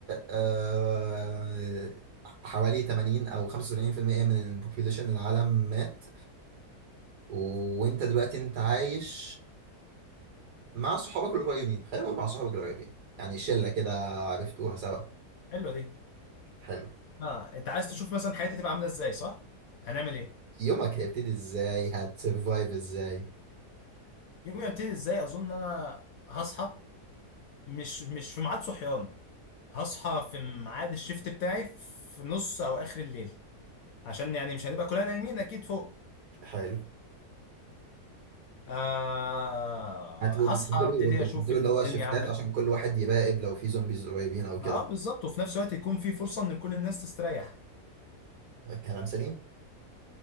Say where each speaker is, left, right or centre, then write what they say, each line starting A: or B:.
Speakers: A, on the right; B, on the left.
A: آه حوالي 80 او 75% من البوبيوليشن العالم مات و- وانت دلوقتي انت عايش مع صحابك القريبين خلينا نقول مع صحابك القريبين يعني شلة كده عرفتوها سوا
B: حلوة دي
A: حلو
B: أه أنت عايز تشوف مثلا حياتي تبقى عاملة إزاي صح؟ هنعمل إيه؟
A: يومك هيبتدي ازاي هتسرفايف ازاي
B: يومي هيبتدي إزاي؟ أظن إن أنا هصحى مش مش في ميعاد صحيان هصحى في ميعاد الشيفت بتاعي في نص أو آخر الليل عشان يعني مش هنبقى كلنا نايمين أكيد فوق
A: حلو
B: آه
A: هتبقوا
B: هصحى
A: بتبدلوا
B: ابتدي
A: بتبدلوا
B: اشوف الدنيا
A: اللي هو شفتات
B: عامله
A: عشان
B: ازاي
A: كل واحد يراقب لو في زومبيز قريبين او كده
B: اه بالظبط وفي نفس الوقت يكون في فرصه ان كل الناس تستريح
A: كلام سليم